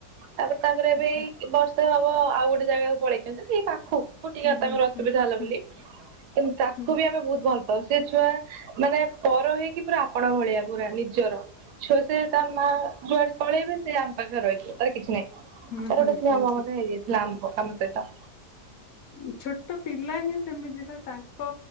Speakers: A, on the right; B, on the left.
A: ତାପରେ ତାଙ୍କର ଏବେ
B: ଆଚ୍ଛା
A: ବର୍ଷେ ହବ ଆଉ ଗୋଟେ ଜାଗାକୁ ପଳେଇଛନ୍ତି ଏଇ ପାଖକୁ ଟିକେ
B: ହୁଁ ହୁଁ
A: ତାଙ୍କର ଅସୁ
B: ହୁଁ।
A: ବୋଲି
B: ହୁଁ
A: କିନ୍ତୁ ତାକୁ
B: ହୁଁ
A: ବି ଆମେ ବହୁତ ଭଲ ପାଉ ସେ ଛୁଆ ମାନେ ପର ହେଇକି ପୁରା ଆପଣା ଭଳିଆ ପୁରା ନିଜର ଛୁଆ ସେ ତା ମା ଯୁଆଡେ ପଳେଇବ ସେ ଆମ ପାଖରେ ରହିଯିବ ତାର କିଛି ନାହିଁ।
B: ହୁଁ
A: ତାର
B: ହୁଁ
A: ଗୋଟେ ସ୍ନେହ
B: ହୁଁ
A: ମମତା ହେଇଯାଇଥିଲା ଆମ ସହିତ।
B: ହୁଁ ଛୋଟ ପିଲା ହିଁ ସେମିତି ନା ତାଙ୍କ ପା